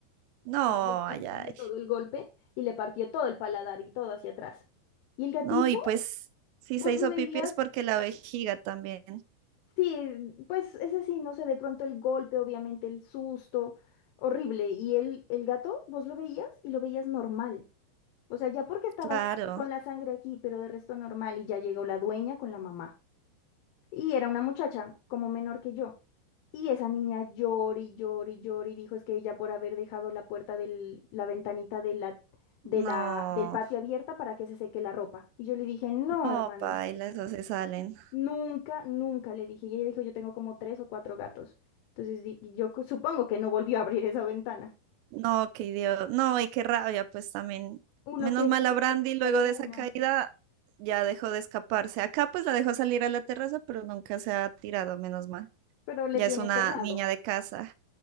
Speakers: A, on the right (about 80°); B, on the left (about 80°).
A: No,
B: Entonces absorbió
A: ay, ay.
B: todo el golpe y le partió todo el paladar y todo hacia atrás. Y el gatico,
A: No, y pues si
B: vos
A: se hizo
B: lo veías
A: pipí es porque la vejiga también.
B: Sí, pues es así, no sé, de pronto el golpe, obviamente el susto, horrible. Y el, el gato, vos lo veías y lo veías normal. O sea, ya porque estaba
A: Claro,
B: con la sangre aquí, pero de resto normal. Y ya llegó la dueña con la mamá. Y era una muchacha como menor que yo. Y esa niña llora y llora y llora y dijo es que ella por haber dejado la puerta del, la ventanita de la, de
A: no,
B: la, del patio abierta para que se seque la ropa. Y yo le dije, no,
A: no,
B: hermana.
A: paila, eso se salen.
B: Nunca, nunca le dije. Y ella dijo, yo tengo como tres o cuatro gatos. Entonces di- yo co- supongo que no volvió a abrir esa ventana.
A: No, qué idiota, no, y qué rabia, pues también.
B: Uno
A: Menos
B: que
A: mal
B: ver
A: a
B: que
A: Brandy
B: es por culpa
A: luego
B: de
A: de
B: uno,
A: esa caída ya dejó de escaparse. Acá pues la dejó salir a la terraza, pero nunca se ha tirado, menos mal.
B: pero le
A: Ya
B: tiene
A: es una
B: cerrado.
A: niña de casa.